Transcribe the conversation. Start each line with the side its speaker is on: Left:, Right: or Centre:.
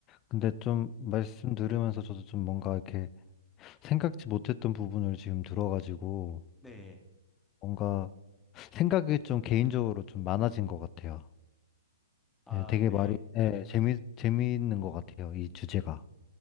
Left: 근데 좀 말씀 들으면서 저도 좀 뭔가 이렇게 생각지 못했던 부분을 지금 들어가지고
Centre: 네.
Left: 뭔가 생각이 좀 개인적으로 좀 많아진 것 같아요.
Centre: 아,
Left: 네, 되게
Centre: 네네.
Left: 말이, 네, 재미, 재미있는 것 같아요. 이 주제가.